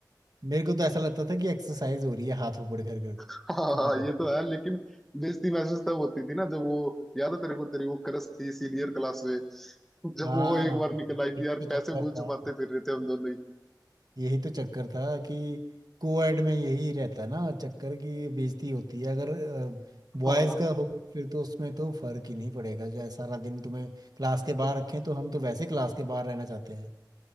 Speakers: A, on the right (about 60°); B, in the centre.
A: मेरे को तो ऐसा लगता था कि एक्सरसाइज हो रही है हाथ ऊपर कर कर
B: हाँ
A: खड़े कर
B: ये तो है लेकिन बेइज्जती महसूस तब होती थी ना जब वो याद है तेरे को तेरी वो क्रश थी सीनियर क्लास में जब
A: हाँ
B: वो एक बार निकल आई थी
A: एक
B: यार
A: तो
B: कैसे
A: चक्कर
B: मुंह
A: था
B: छुपाते फिर रहे थे हम दोनों ही
A: यही तो चक्कर था कि कोएड में यही रहता ना चक्कर की बेइज्जती होती है अगर बॉयज
B: हाँ
A: का हो फिर तो उसमें तो फर्क ही नहीं पड़ेगा चाहे सारा दिन तुम्हें क्लास के बाहर रखें तो हम तो वैसे क्लास के बाहर रहना चाहते हैं